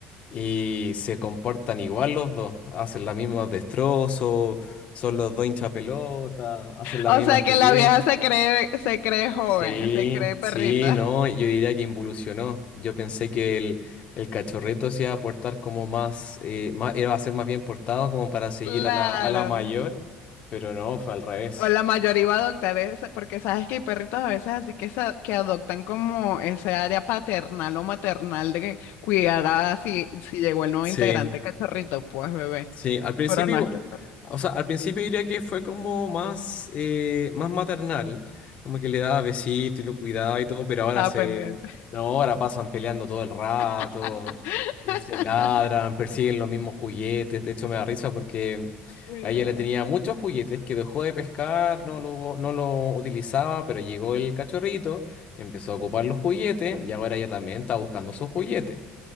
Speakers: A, on the left; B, on the left.
A: y se comportan igual los dos, hacen la misma destrozos, son los dos hinchapelota, hacen la
B: O
A: misma
B: sea
A: estupidez.
B: que la vieja se cree, se cree joven,
A: Sí,
B: se cree perrita.
A: sí, no,
B: <laughs>
A: yo diría que involucionó. Yo pensé que el, el cachorrito se iba a portar como más, eh, más, iba a ser más bien portado como para seguir
B: Claro.
A: a la, a la mayor, pero no, fue al revés.
B: O la mayoría iba a adoptar esa, porque sabes que hay perritos a veces así que, sa- que adoptan como ese área paternal o maternal de que cuidará si, si llegó el nuevo
A: Sí.
B: integrante cachorrito, pues bebé.
A: Sí, al principio,
B: Pero no,
A: igual-
B: este está-
A: o sea, al principio diría que fue como más, eh, más maternal, como que le daba besitos y lo cuidaba y todo, pero ahora
B: estaba
A: se,
B: pendiente.
A: no, ahora pasan peleando todo el rato,
B: <laughs>
A: y se ladran, persiguen los mismos juguetes, de hecho me da risa porque
B: Mira.
A: a ella le tenía muchos juguetes que dejó de pescar, no lo, no lo utilizaba, pero llegó el cachorrito, empezó a ocupar los juguetes y ahora ella también está buscando sus juguetes.